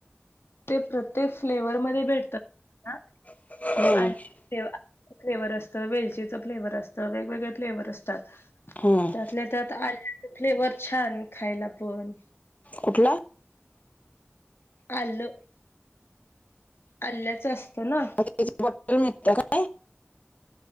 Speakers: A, on the left; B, on the left.
A: ते प्रत्येक फ्लेवर मध्ये भेटतात
B: <unintelligible>
A: आणि फ्लेवर असतं वेलचीच फ्लेवरर असतं वेगवेगळळे फ्लेवर असतात
B: हम
A: त्यातल्यात फ्लेवर छान खायला पण
B: कुठला
A: अलु अल्ल्याच असतं ना
B: त्याची बटल मिटते काय